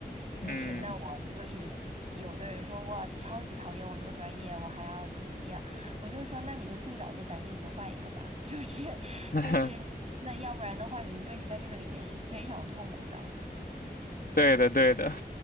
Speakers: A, on the right; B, on the left.
A: 就是那我就是有的人说哇，
B: 嗯，
A: 超级讨厌我这个专业，我还要怎么怎么样，我就说那你就趁早就赶紧就换一个吧。<laughs> 就是就是你那要不然的话，
B: <laughs>
A: 你一辈子在这个里面是非常痛苦的。
B: 对的对的，